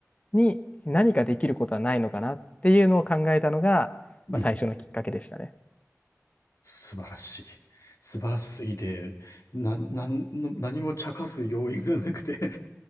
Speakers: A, on the left (about 25°); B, on the left (about 75°).
A: に何かできることはないのかなっていうのを考えたのが、
B: うん。
A: まあ、最初のきっかけでしたね。
B: 素晴らしい。素晴らしすぎて、な、なん、何も茶化す要因がなくて